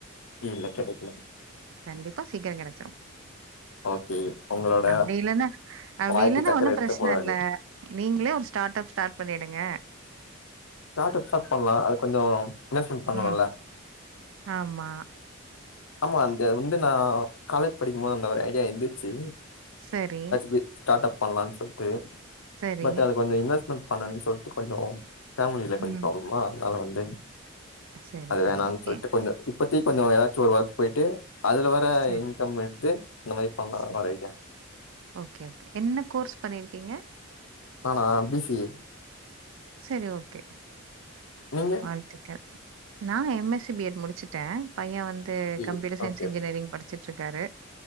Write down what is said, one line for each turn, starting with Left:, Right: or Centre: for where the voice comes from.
Left: இல்ல கெடக்கில
Right: கண்டிப்பா சீக்கிர கெடசிரு
Left: ஓகே உங்களோட
Right: அப்டி இல்லன்னா அப்டி
Left: வாய்க்கு
Right: இல்லனா
Left: சக்கர
Right: ஒன்னு
Left: எடுத்து
Right: பிரச்சனை
Left: போட வேண்டியது
Right: இல்ல நீங்களே ஒரு ஸ்டார்ட்ப் ஸ்டார்ட் பண்ணிடுங்க
Left: ஸ்டாட்அப் ஸ்டார்ட் பண்ணலா அது கொஞ்சோ இன்வெஸ்ட்மென்ட் பண்ணனுல்ல
Right: ம். ஆமா
Left: ஆமா அந்த வந்து நா காலேஜ் படிக்கும்போது அந்த ஒரு ஐடியா இருந்துச்சு
Right: செரி
Left: வி ஸ்டாட்அப் பண்ணலானு சொல்லிட்டு
Right: சரி.
Left: பட் அத கொஞ்ச இன்வெஸ்ட்மெண்ட் பண்ணனு சொல்ட்டு கொஞ்சோ பேமிலியில
Right: ம்.
Left: கொஞ்ச ப்ராப்ளமா அதனால வந்து
Right: சரி,
Left: அது
Right: சரி.
Left: வேணான்னு சொல்ட்டு
Right: ஏ
Left: கொஞ்சோ இப்பத்திக் கொஞ்ச ஏதாச்சு ஒரு ஒர்க் போயிட்டு அதுல வர
Right: சரி,
Left: இன்கம் எடுத்து இந்த மாரி பண்ணலானு
Right: சரி.
Left: ஒரு ஐடியா
Right: ஓகே ஓகே என்ன கோர்ஸ் பண்ணியிருக்கீங்க
Left: நானா பி சி ஏ
Right: செரி ஓகே
Left: நீங்க
Right: வாழ் த்துக்கள் நா M S C B Ed முடிச்சட்டே பைய வந்து
Left: B
Right: computer
Left: A okay
Right: science engineering படி ச்சிட்டு இருக்காரு